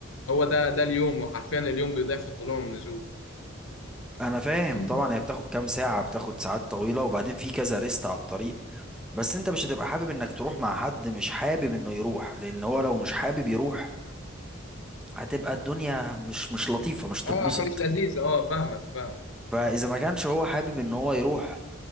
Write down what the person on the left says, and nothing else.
هو ده ده اليوم وحرفيا اليوم بيضيع في الطلوع والنزول
<clears throat>
آه مش لذيذ آه فاهمك فاهمك